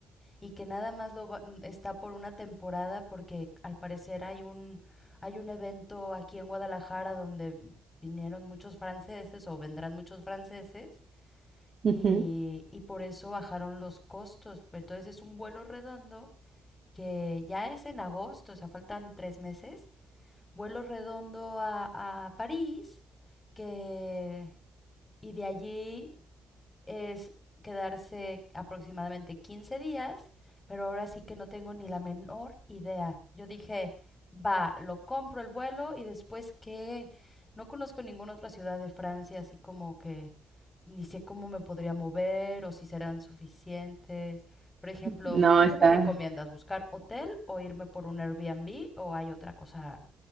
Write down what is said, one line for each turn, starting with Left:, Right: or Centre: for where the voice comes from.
Left: y que nada más lo va- n- está por una temporada porque al parecer hay un hay un evento aquí en Guadalajara donde vinieron muchos franceses o vendrán muchos franceses y
Right: Ujú.
Left: y por eso bajaron los costos. Entonces es un vuelo redondo que ya es en agosto, o sea, faltan tres meses, vuelo redondo a, a París, que, y de allí es quedarse aproximadamente 15 días, pero ahora sí que no tengo ni la menor idea. Yo dije, va, lo compro el vuelo y después que no conozco ninguna otra ciudad de Francia, así como que ni sé cómo me podría mover o si serán suficientes. Por ejemplo,
Right: No,
Left: ¿tú qué
Right: está.
Left: me recomiendas? ¿Buscar hotel o irme por un Airbnb o hay otra cosa